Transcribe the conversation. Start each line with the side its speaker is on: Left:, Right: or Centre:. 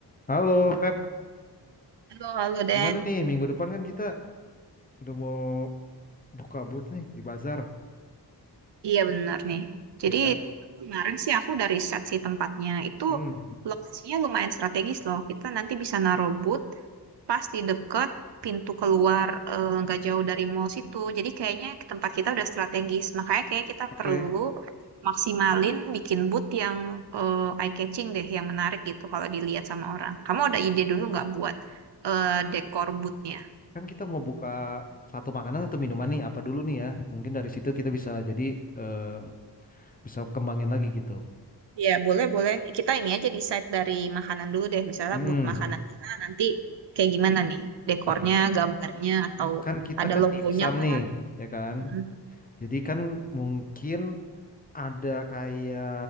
Left: Halo, Feb.
Right: Halo, halo Dan.
Left: Gimana nih? Minggu depan kan kita udah mau buka booth nih di bazar,
Right: Iya benar nih. Jadi
Left: ya kan?
Right: kemarin sih aku udah riset sih tempatnya. Itu
Left: Hmm.
Right: lokasinya lumayan strategis loh. Kita nanti bisa naruh booth pas di deket pintu keluar eh, nggak jauh dari mall situ. Jadi kayaknya tempat kita udah strategis. Makanya kayak kita
Left: Oke,
Right: perlu maksimalin bikin booth yang eye catching deh, yang menarik gitu kalau dilihat sama orang. Kamu ada ide dulu nggak buat eh, dekor boothnya?
Left: Kan kita mau buka satu makanan atau minuman nih, apa dulu nih ya? Mungkin dari situ kita bisa jadi eh, bisa kembangin lagi gitu.
Right: Iya, boleh, boleh. Kita ini aja decide dari makanan dulu deh. Misalnya
Left: Hmm.
Right: buat makanan kita nanti kayak gimana nih? Dekornya,
Left: Oke.
Right: gambarnya, atau
Left: Kan kita
Right: ada
Left: kan
Right: logonya
Left: dimsum
Right: kah?
Left: nih, ya kan?
Right: Mhm.
Left: Jadi kan mungkin ada kayak